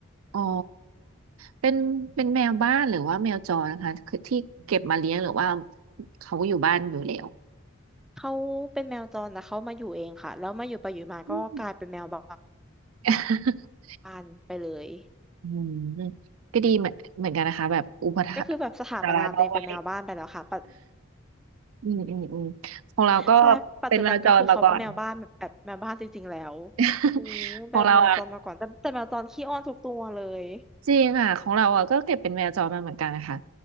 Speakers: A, on the right (about 80°); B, in the centre.
A: อ๋อเป็นเป็นแมวบ้านหรือว่าแมวจรนะคะคือที่เก็บมาเลี้ยงหรือว่าเขาอยู่บ้านอยู่แล้ว
B: เขาเป็นแมวจรแต่เขามาอยู่เองค่ะแล้วมาอยู่ไปอยู่มาก็กลายเป็นแมวบ
A: อืม <laughs>
B: ้านไปเลย
A: อืมก็ดีเหมือนเหมือนกันนะคะแบบอุปถัมภ์
B: ก็คือแบบสถาปนาตัวเองเป็นแมวบ้านไปแล้วค่ะปัจ
A: สาระน้องไว้อืมอืมอืมของเราก็
B: ใช่ปัจจุบันก็คือเขาเป็นแมวบ้านแบบแบบแมวบ้านจริงๆแล้ว
A: เป็นแมวจรมาก่อน <laughs>
B: อ้เป็นแมวจรมาก่อนแต่แต่แมวจรขี้อ้อนทุกตัวเลย
A: ของเราอ่ะจริงค่ะของเราอ่ะก็เก็บเป็นแมวจรมาเหมือนกันนะคะ